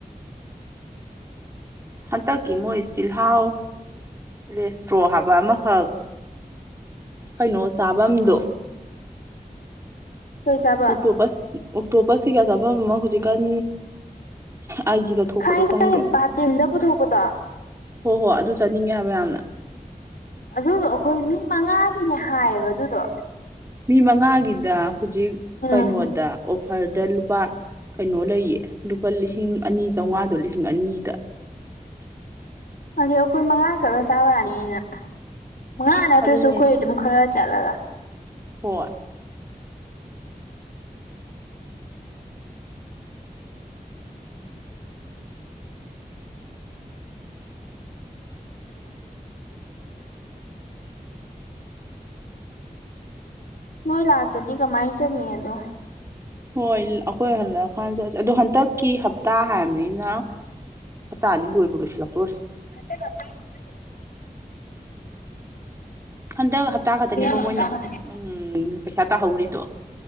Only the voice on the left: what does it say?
ꯀꯩ ꯆꯥꯕ
ꯈꯪꯉꯦ
ꯈꯪꯉꯦ ꯕꯥꯇꯤꯟꯗ ꯄꯨꯊꯣꯛꯄꯗꯣ
ꯑꯗꯨꯗꯣ ꯑꯩꯈꯣꯏ ꯃꯤ ꯃꯉꯥꯒꯤꯅꯦ ꯍꯥꯏꯌꯦꯕ ꯑꯗꯨꯗꯣ
ꯎꯝ
ꯑꯗꯨ ꯑꯩꯈꯣꯏ ꯃꯉꯥ ꯆꯠꯂ ꯆꯥꯔꯛꯅꯤꯅ ꯃꯉꯥ ꯅꯠꯇ꯭ꯔꯁꯨ
ꯑꯩꯈꯣꯏ
ꯑꯗꯨꯝ ꯈꯔ ꯆꯠꯂꯒ
ꯅꯣꯏ ꯂꯥꯛꯇꯗꯤ ꯀꯃꯥꯏꯅ ꯆꯅꯤ ꯑꯗꯣ
ꯍꯟꯗꯛ ꯍꯞꯇꯥ ꯈꯛꯇꯪ
ꯍꯟꯗꯛ ꯍꯞꯇꯥ
ꯈꯛꯇꯅꯦ